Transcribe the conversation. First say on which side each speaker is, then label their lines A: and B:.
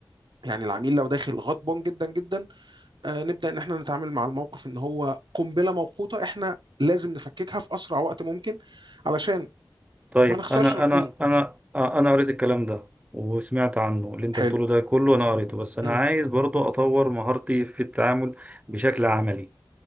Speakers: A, on the right; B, on the right.
A: يعني العميل لو داخل غضبان جدا جدا آه، نبدأ إن إحنا نتعامل مع الموقف إن هو قنبلة موقوتة إحنا لازم نفككها في أسرع وقت ممكن علشان
B: طيب
A: ما نخسرش
B: انا انا
A: امم
B: انا آه، انا قريت الكلام ده وسمعت عنه اللي انت
A: حلو
B: بتقوله ده كله انا قريته بس انا
A: امم
B: عايز برضو اطور مهارتي في التعامل بشكل عملي